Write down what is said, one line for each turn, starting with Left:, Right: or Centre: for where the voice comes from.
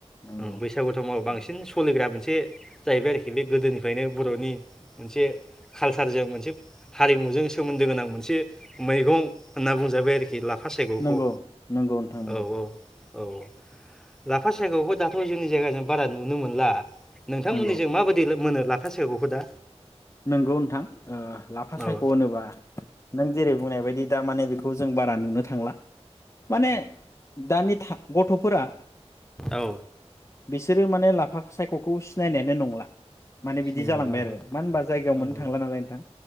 Left: नंगौ
Centre: ओं बैसागु टाइमाव बांसिन
Left: ओं।
Centre: सोलिग्रा मोनसे जाहैबाय आरोखि बे। गोदोनिफ्रायनो बर'नि। मोनसे कालसारजों मोनसे हारिमुजों सोमोन्दो गोनां मोनसे मैगं होनना बुंजाबाय। बि लाफा सायग'खौ
Left: नंगौ नंगौ नोंथां नंगौ
Centre: औ- औ -औ -औ-ला। फाससायख'खौ दाथ' जोंनि जायगाजों बारा नुनो मोनला। नोंथांमोननि
Left: नंगौ
Centre: जों माबायदि मोनो लाफ फा सायावहोदा।
Left: नंगौ नोंथां ओ लाफा सायख'
Centre: औ
Left: होनोबा नों जेरै बुंनाय बायदि दा माने बेखौ जों बारा नुनो थांला माने
Centre: औ
Left: दानि था गथ'फोरा
Centre: औ।
Left: बिसोरो माने लाफा सायख'खौ सिनायनायानो नंला। माने
Centre: सिनायनाय
Left: बिदि जालांबाय
Centre: नंला
Left: आरो मा होनोमबा। जायगायाव
Centre: ओहो
Left: मोननो थांलानालाय नोंथां